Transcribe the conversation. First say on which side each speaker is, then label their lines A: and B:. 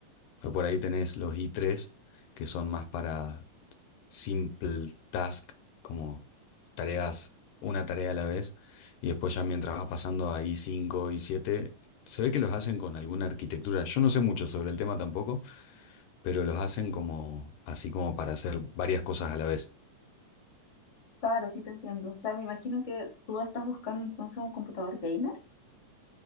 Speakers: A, on the left; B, on the left.
A: Porque Por ahí tenés los i tres que son más para simple task, como tareas, una tarea a la vez, y después ya mientras vas pasando a I5, I7, se ve que los hacen con alguna arquitectura. Yo no sé mucho sobre el tema tampoco, pero los hacen como así como para hacer varias cosas a la vez.
B: Claro, sí te entiendo. O sea, me imagino que tú estás buscando entonces un computador gamer,